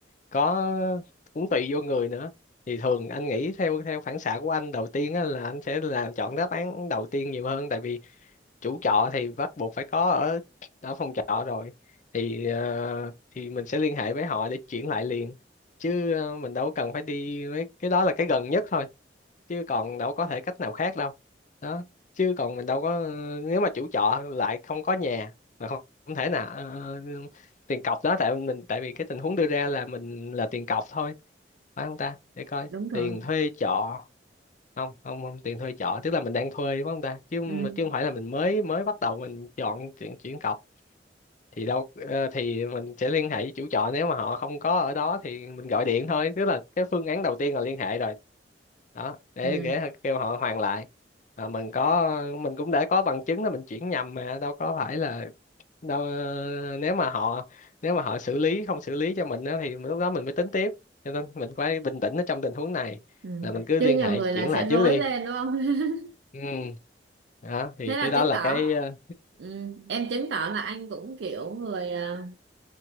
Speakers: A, on the left; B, on the right.
A: có cũng tùy vô người nữa thì thường anh nghĩ theo theo phản xạ của anh đầu tiên á, là anh sẽ là chọn đáp án đầu tiên nhiều hơn tại vì chủ trọ thì bắt buộc phải có ở ở phòng trọ rồi thì ờ, thì mình sẽ liên hệ với họ để chuyển lại liền chứ ờ, mình đâu cần phải đi mấy cái đó là cái gần nhất thôi chứ còn đâu có thể cách nào khác đâu đó chứ còn mình đâu có nếu mà chủ trọ lại không có nhà mà không, không thể nào ờ, ờ, tiền cọc đó tại mình tại vì cái tình huống đưa ra là mình là tiền cọc thôi phải không ta để coi
B: đúng rồi
A: tiền thuê trọ không không không tiền thuê trọ tức là mình đang thuê đúng không ta chứ
B: ừ
A: chứ không phải là mình mới mới bắt đầu mình chọn chuyện chuyển cọc thì đâu ờ, thì mình sẽ liên hệ với chủ trọ nếu mà họ không có ở đó thì mình gọi điện thôi tức là cái phương án đầu tiên là liên hệ rồi đó để,
B: ừ
A: để kêu họ hoàn lại mà mình có mình cũng đã có bằng chứng là mình chuyển nhầm mà đâu có phải là đâu ờ, nếu mà họ nếu mà họ xử lý không xử lý cho mình á, thì lúc đó mình mới tính tiếp cho nên mình phải bình tĩnh ở trong tình huống này
B: ừ
A: là mình cứ
B: chứ
A: liên
B: nhiều
A: hệ
B: người
A: chuyển
B: là sẽ
A: lại trước
B: rối
A: đi
B: lên đúng không <laughs>
A: ừ đó thì
B: thế
A: cái
B: là
A: đó
B: chứng
A: là
B: tỏ
A: cái ờ,
B: ừ, em chứng tỏ là anh cũng kiểu người ờ,